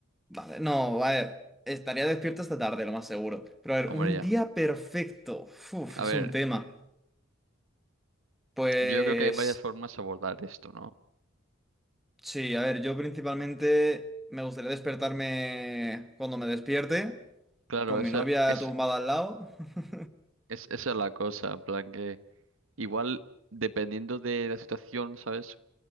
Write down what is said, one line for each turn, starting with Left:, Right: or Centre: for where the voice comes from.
Centre: Vale, no, vale. Estaría despierto esta tarde, lo más seguro. Pero a ver,
Right: Hombre,
Centre: un
Right: ya.
Centre: día perfecto. Uf,
Right: A
Centre: es
Right: ver,
Centre: un tema. Pues
Right: yo creo que hay varias formas de abordar esto, ¿no?
Centre: sí, a ver, yo principalmente me gustaría despertarme cuando me despierte.
Right: Claro,
Centre: con
Right: esa
Centre: mi novia
Right: es,
Centre: tumbada al lado. <laughs>
Right: es, esa es la cosa, en plan que... Igual, dependiendo de la situación, ¿sabes?